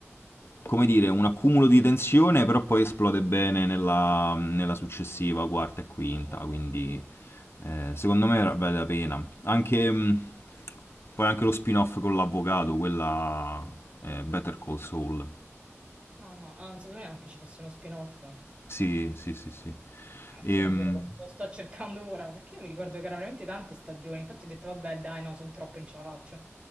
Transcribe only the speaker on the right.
Ah,
vabbè.
No, no, ah, non sapevo neanche ci fosse uno spin-off.
Ah,
sì, è vero, lo, lo sto cercando ora, perché io mi ricordo che erano veramente tante stagioni, infatti ho detto vabbè dai no, sono troppe, non ce la faccio.